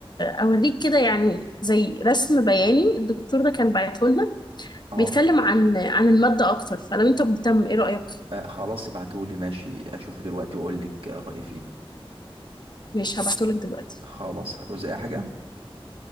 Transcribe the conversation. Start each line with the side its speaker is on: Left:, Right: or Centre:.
Left: اوريك كده يعني زي رسم بياني الدكتور ده كان بعته لنا
Right: اه
Left: بيتكلم عن عن الماده اكتر فلو انت مهتم ايه رايك
Right: آه، خلاص ابعتهولي ماشي اشوفه دلوقتي واقول لك رايي فيه
Left: ماشي هبعته لك دلوقتي
Right: خلاص هتوزع حاجه